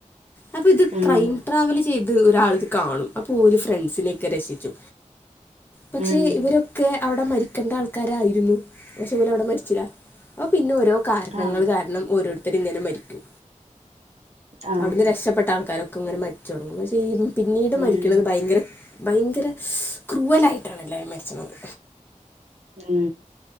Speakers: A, on the left (about 15°); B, on the right (about 55°).
A: അപ്പൊ ഇത്
B: ഉം
A: ട്രൈം ട്രാവൽ ചെയ്ത് ഒരാൾ ഇത് കാണും അപ്പൊ ഒരു ഫ്രണ്ട്സിനോക്കെ രക്ഷിച്ചു പക്ഷെ
B: ഉം
A: ഇവരൊക്കെ അവിടെ മരിക്ക കണ്ട ആൾക്കാരായിരുന്നു പക്ഷെ ഓൽ അവിടെ മരിച്ചില്ല അപ്പോ പിന്നെ ഓരോ കാരണങ്ങൾ
B: ആഹ്
A: കാരണം ഓരോത്ത ഇങ്ങനെ മരിക്കും
B: ആഹ്
A: അവിടുന്ന് രക്ഷപ്പെട്ട ആൾക്കാരൊക്കെ ഇങ്ങനെ മരിച്ചു തുടങ്ങും പക്ഷെ പിന്നീട്
B: ഉം
A: മരിക്കുന്നത് ഭയങ്കര ഭയങ്കര ക്രൂവലായിട്ടാണ് എല്ലാവരും മരിച്ചുന്നത്
B: ഉം